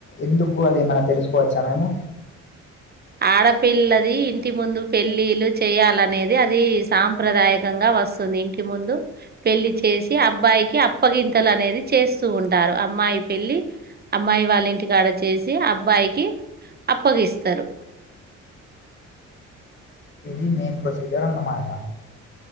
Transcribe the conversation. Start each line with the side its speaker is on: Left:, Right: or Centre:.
Left: ఎందుకు అదెమన్నా తెలుసుకోవచ్చా మేము.
Right: ఆడపిల్లది ఇంటి ముందు పెళ్ళిళ్ళు చెయాలనేది అది సాంప్రదాయకంగ్. గా వస్తుంది ఇంటి ముందు పెళ్లి చేసి అబ్బాయికి అప్పగింతలు అనేది చేస్తూ ఉంటారు. అమ్మాయి పెళ్లి అమ్మాయి వాళ్ళ ఇంటికాడ చేసి అబ్బాయికి అప్పగిస్తా. తరు.
Left: ఇన్ మెయిన్ ప్రొసిజర్ అన్నమాట.